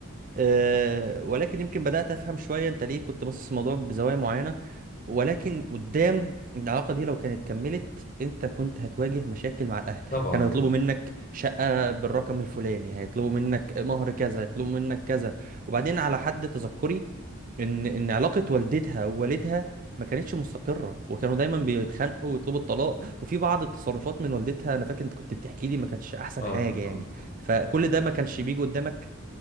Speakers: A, on the right; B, on the left.
A: أه ولكن يمكن بدأت أفهم شوية أنت ليه كنت باصص الموضوع بزوايا معينة ولكن قدام العلاقة دي لو كانت كملت أنت كنت هتواجه مشاكل مع الأهل
B: طبعا
A: كانوا هيطلبوا
B: اه
A: منك شقة بالرقم الفلاني هيطلبوا منك مهر كذا هيطلبوا منك كذا وبعدين على حد تذكري إن إن علاقة والدتها ووالدها ما كانتش مستقرة وكانوا دايما بيتخانقوا ويطلبوا الطلاق وفي بعض التصرفات من والدتها أنا فاكر أنت كنت بتحكي لي ما كانتش أحسن
B: اه
A: حاجة يعني
B: آه، آه.
A: فكل ده ما كانش بيجي قدامك